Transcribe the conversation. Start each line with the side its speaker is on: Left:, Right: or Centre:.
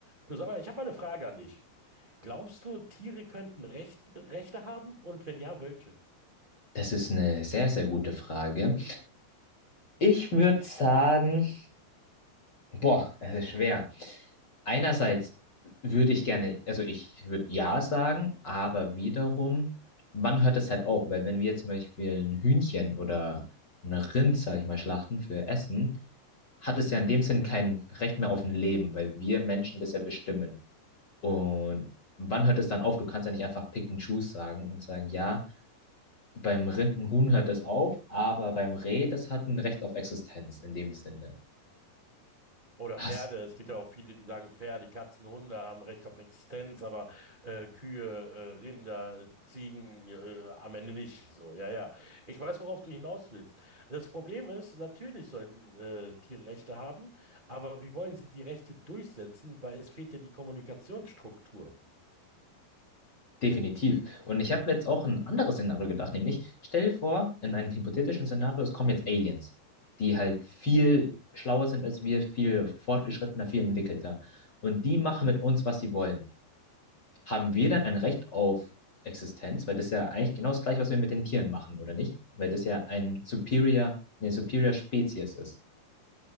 Right: Du sag mal, ich habe mal eine Frage an dich. Glaubst du, Tiere könnten Recht, Rechte haben? Und wenn ja, welche?
Left: Das ist eine sehr, sehr gute Frage. Ich würde sagen, boah, es ist schwer. Einerseits würde ich gerne, also ich würde ja sagen, aber wiederum, wann hört das halt auf? Weil wenn wir zum Beispiel ein Hühnchen oder ein Rind, sag ich mal, schlachten für Essen, hat es ja in dem Sinn kein Recht mehr auf ein Leben, weil wir Menschen das ja bestimmen. Und wann hört es dann auf? Du kannst ja nicht einfach pick and choose sagen und sagen, ja. Beim Rindenhuhn hört es auf, aber beim Reh, das hat ein Recht auf Existenz in dem Sinne.
Right: Oder
Left: Hast,
Right: Pferde. Es gibt ja auch viele, die sagen, Pferde, Katzen, Hunde haben Recht auf Existenz, aber äh, Kühe, äh, Rinder, äh, Ziegen äh, am Ende nicht. So, ja, ja. Ich weiß, worauf du hinaus willst. Das Problem ist, natürlich sollten äh, Tiere Rechte haben, aber wie wollen sie die Rechte durchsetzen? Weil es fehlt ja die Kommunikationsstruktur.
Left: definitiv. Und ich habe mir jetzt auch ein anderes Szenario gedacht, nämlich stell dir vor, in einem hypothetischen Szenario, es kommen jetzt Aliens, die halt viel schlauer sind als wir, viel fortgeschrittener, viel entwickelter. Und die machen mit uns, was sie wollen. Haben wir dann ein Recht auf Existenz? Weil das ist ja eigentlich genau das Gleiche, was wir mit den Tieren machen, oder nicht? Weil das ja ein Superior, eine Superior Spezies ist.